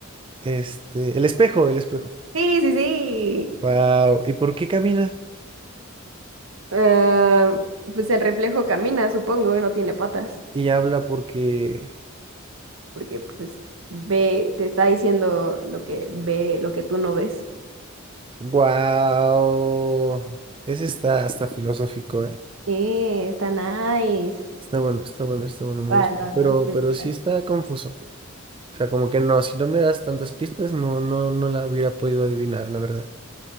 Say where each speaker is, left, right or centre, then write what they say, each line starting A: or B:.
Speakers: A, on the right; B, on the right.
A: Este, el espejo, el espejo.
B: Sí, sí, sí.
A: Wow, ¿y por qué camina?
B: Ah, pues el reflejo camina, supongo, y no tiene patas,
A: Y habla porque
B: porque pues ve, te está diciendo lo que ve, lo que tú no ves.
A: wow. Ese está hasta filosófico, ¿eh?
B: Sí, está nice.
A: Está bueno, está bueno, está bueno, me
B: vas
A: gusta.
B: vas,
A: Pero
B: vas, te
A: pero
B: toca.
A: sí está confuso. O sea, como que no, si no me das tantas pistas no no no la hubiera podido adivinar, la verdad.